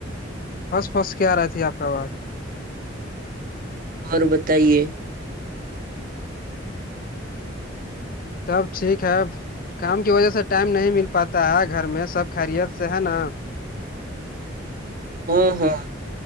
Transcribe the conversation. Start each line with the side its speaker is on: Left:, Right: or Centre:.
Left: بس بس کیا آ رہا تھی آ کا آواز
Right: اور بتائیے
Left: سب ٹھیک ہے کام کی وجہ سے ٹائم نہیں مل پاتا ہے گھر میں سب خیریت سے ہے نا
Right: ہاں ہاں